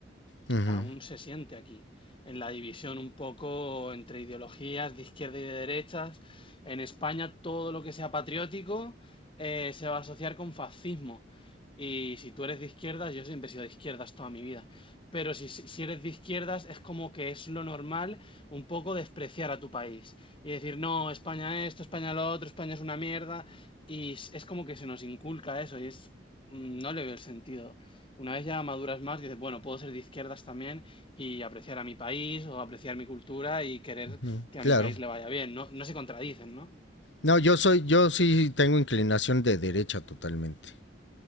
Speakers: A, on the left; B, on the left.
A: ujú,
B: aún se siente aquí, en la división un poco entre ideologías de izquierda y de derechas. En España todo lo que sea patriótico eh, se va a asociar con fascismo. Y si tú eres de izquierdas, yo siempre he sido de izquierdas toda mi vida, pero si, si si eres de izquierdas es como que es lo normal un poco despreciar a tu país y decir, no, España esto, España lo otro, España es una mierda. Y es es como que se nos inculca eso y es, mm, no le veo el sentido. Una vez ya maduras más, dices, bueno, puedo ser de izquierdas también y apreciar a mi país o apreciar mi cultura y querer
A: ujú,
B: que
A: Claro.
B: a mi país le vaya bien. No, no se contradicen, ¿no?
A: No, yo soy, yo sí tengo inclinación de derecha totalmente.